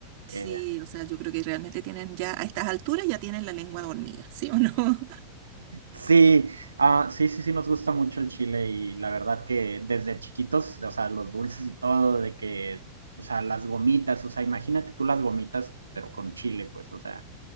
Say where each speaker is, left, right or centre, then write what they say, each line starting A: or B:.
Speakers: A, on the right; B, on the right.
A: sí,
B: Eh,
A: o sea, yo creo que realmente tienen ya, a estas alturas ya tienen la lengua dormida, ¿sí o no? <laughs>
B: Sí, ah, sí, sí, sí, nos gusta mucho el chile y la verdad que desde chiquitos, o sea, los dulces y todo, de que, o sea, las gomitas, o sea, imagínate tú las gomitas, pero con chile, pues, o sea,